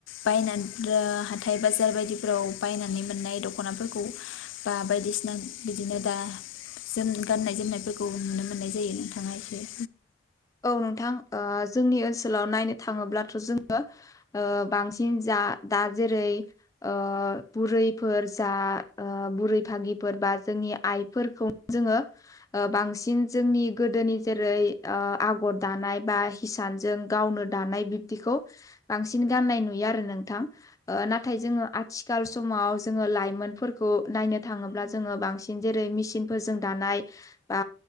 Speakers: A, on the left; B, on the left.
A: बायनानै हाथाय बाजार बायदिफोराव बायनानै मोननाय दख'नाफोरखौ बा बायदिसिना बिदिनो दा जोम गाननाय जोमनायफोरखौ नुनो मोननाय जायो नोंथांङा एसे
B: औ नोंथां ओ जोंनि ओनसोलाव नायनो थांङोब्लाथ' जोंङो बांसिन जा दा जेरै- ओ बुरैफोर जा ओ बुरै भागिफोर बा जोंनि आइफोरखौ जोङो बांसिन जोंनि गोदोनि जेरै ओ आगर दानाय बा हिसानजों गावनो दानाय बिब्दिखौ बांसिन गाननाय नुयो आरो नोंथां। नाथाय जोङो आथिख ल समाव जोङो लाइमोनफोरखौ नायनो थाङोब्ला जोङो बांसिन जेरै -मेचिनफोरजों दानाय बा